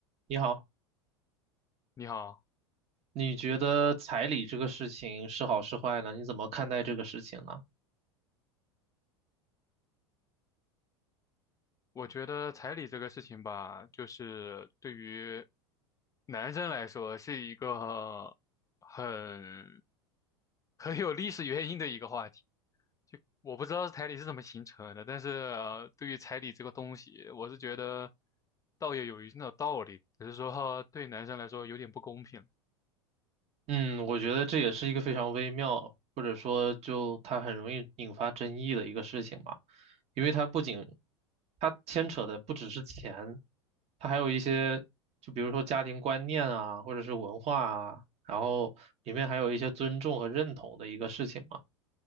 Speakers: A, on the right; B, on the left.
A: 你好，
B: 你好，
A: 你觉得彩礼这个事情是好是坏呢？你怎么看待这个事情呢？
B: 我觉得彩礼这个事情吧，就是对于男生来说是一个很很有历史原因的一个话题。就我不知道彩礼是怎么形成的，但是，呃对于彩礼这个东西，我是觉得倒也有一定的道理，只是说对男生来说有点不公平。
A: 嗯，我觉得这也是一个非常微妙，或者说就它很容易引发争议的一个事情吧，因为它不仅它牵扯的不只是钱，它还有一些，就比如说家庭观念啊，或者是文化啊，然后里面还有一些尊重和认同的一个事情嘛。